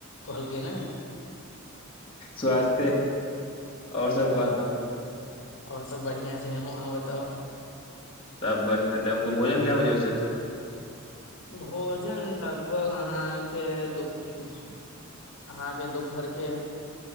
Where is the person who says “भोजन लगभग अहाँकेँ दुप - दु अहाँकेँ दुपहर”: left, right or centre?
Left